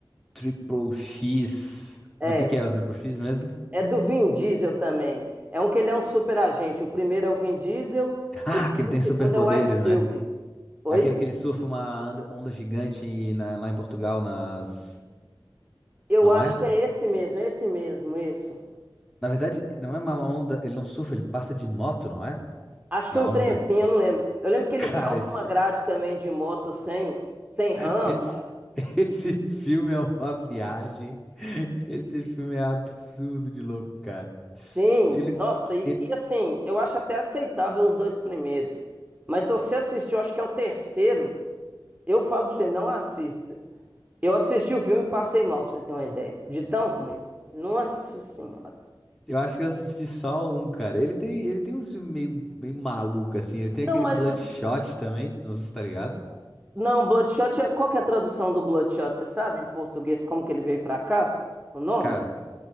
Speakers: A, in the centre; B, on the right (about 20°).
A: Triple X.
B: É.
A: Do que que é o Triple X mesmo?
B: É do Vin Diesel também. É um que ele é um super agente. O primeiro é o Vin Diesel,
A: Ah,
B: o o
A: que ele tem
B: segundo
A: superpoderes,
B: é o Ice Cube.
A: né?
B: Oi?
A: É aquele que ele surfa uma onda, onda gigante na- lá em Portugal, nas.
B: Eu
A: Não
B: acho
A: é?
B: que é esse mesmo, é esse mesmo, isso.
A: Na verdade, não é uma onda. Ele não surfa, ele passa de moto, não é?
B: Acho
A: Na
B: que é um
A: onda.
B: trem assim, eu não lembro. Eu lembro que ele
A: Cara,
B: salta
A: esse.
B: uma grade
A: <laughs>
B: também de moto sem, sem rampa.
A: Esse, esse filme é uma viagem. Esse filme é absurdo de louco, cara.
B: Sim,
A: Ele.
B: nossa, e,
A: ele,
B: e assim, eu acho até aceitável os dois primeiros. Mas se você assistiu, acho que é o terceiro. Eu falo pra você, não assista. Eu assisti o filme e passei mal, pra você ter uma ideia. De tão ruim. Nossa Senhora.
A: Eu acho que eu assisti só um, cara. Ele tem, ele tem uns filmes meio, meio maluco, assim. Ele tem
B: Não,
A: aquele
B: mas
A: Bloodshot
B: o.
A: também, não sei se tá ligado.
B: Não, Bloodshot. é- Qual que é a tradução do Bloodshot? Você sabe em português como que ele veio pra cá? O nome?
A: Cara,